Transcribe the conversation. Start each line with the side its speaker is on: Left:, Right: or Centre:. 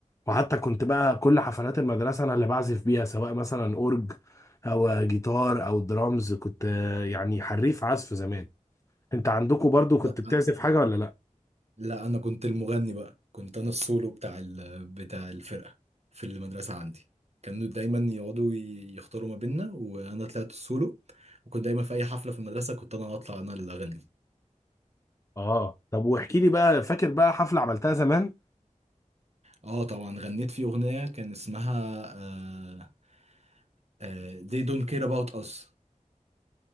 Left: وحتى كنت بقى كل حفلات المدرسة انا اللي بعزف بيها سواء مثلا اورج او جيتار او درامز كنت آه، يعني حريف عزف زمان انت عندكم برضو كنت
Right: لا
Left: بتعزف حاجة ولا لا
Right: لا انا كنت المغني بقى كنت انا السولو بتاع ال... بتاع الفرقة في المدرسة عندي كانوا دايما يقعدوا ي- يختاروا ما بيننا وانا طلعت السولو وكنت دايما في اي حفلة في المدرسة كنت انا اطلع انا اللي اغني
Left: اه طب واحكي لي بقى فاكر بقى حفلة عملتها زمان
Right: اه طبعا غنيت في اغنيه كان اسمها آه آه They Don't Care About Us